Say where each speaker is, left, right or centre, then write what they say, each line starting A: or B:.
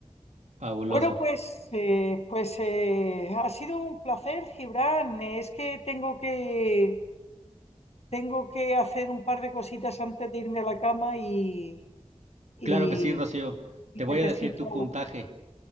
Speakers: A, on the right; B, on the left.
A: Fabuloso.
B: Bueno, pues, eh, pues eh, ha sido un placer, Gibran. Es que tengo que, Tengo que hacer un par de cositas antes de irme a la cama y, y
A: Claro que sí, Rocío.
B: y
A: Te voy
B: necesito...
A: a decir tu puntaje.